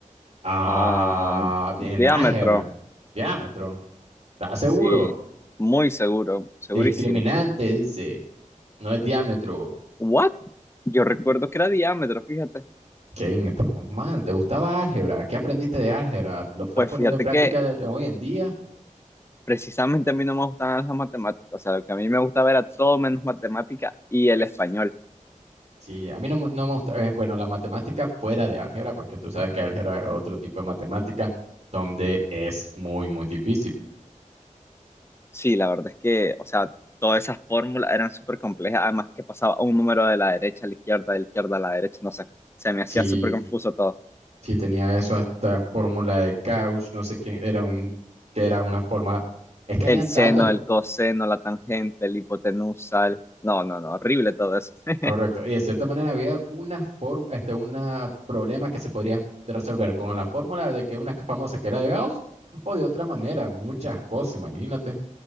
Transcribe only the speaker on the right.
Ah,
en
álgebra, diámetro, ¿estás seguro?
Discriminante, dice, no es diámetro.
Kevin, estamos mal, ¿te gustaba álgebra? ¿Qué aprendiste de álgebra? ¿Lo estás
poniendo
en práctica
hoy en día?
Sí, a mí no, me- no me gusta, eh, bueno, la matemática fuera de álgebra, porque tú sabes que álgebra es otro tipo de matemática donde es muy, muy difícil.
Sí,
sí tenía eso hasta fórmula de Gauss, no sé quién, era un, que era una forma, es que
habían
datos,
correcto, y de cierta manera había una forma, este, una problema que se podría resolver con la fórmula de que una famosa que era de Gauss, o de otra manera, muchas cosas, imagínate.